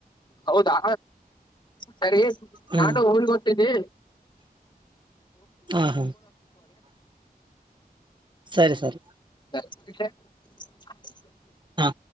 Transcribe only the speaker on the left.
ಹೌದಾ ಸರಿ
ನಾನು ಊರಿಗ್ ಹೊರ್ಟಿನಿ.
<inaudible> <unintelligible> <inaudible>